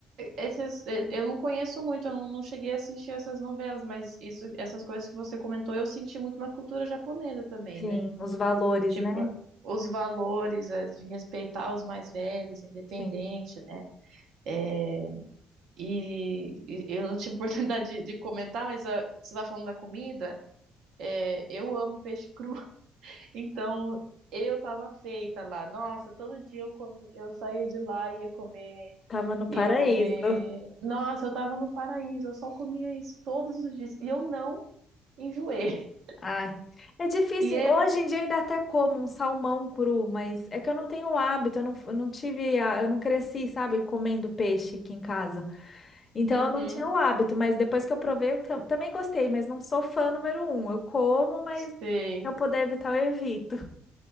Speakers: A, on the right; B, on the left.
A: Esses, eh, eu não conheço muito, eu não não cheguei a assistir essas novelas, mas isso, essas coisas que você comentou, eu senti muito na cultura japonesa também,
B: sim,
A: né?
B: os valores,
A: Tipo,
B: né?
A: os valores eh, de respeitar os mais velhos, independente,
B: Sim,
A: né? Eh, e, e eu não tive <laughs> oportunidade de, de comentar, mas ah, você está falando da comida, eh, eu amo peixe cru. Então, eu tava feita lá. Nossa, todo dia eu comi, eu saía de lá e ia comer,
B: tava no paraíso.
A: ia comer. Nossa, eu tava no paraíso, eu só comia isso todos os dias e eu não enjoei. <laughs>
B: Ai, é difícil.
A: E é,
B: Hoje em dia eu ainda até como um salmão cru, mas é que eu não tenho o hábito, eu não, eu não tive, a- eu não cresci, sabe, comendo peixe aqui em casa. Então
A: uhum,
B: eu não tinha o hábito, mas depois que eu provei, eu tam- também gostei, mas não sou fã número um. Eu como, mas
A: sei.
B: se eu puder evitar, eu evito.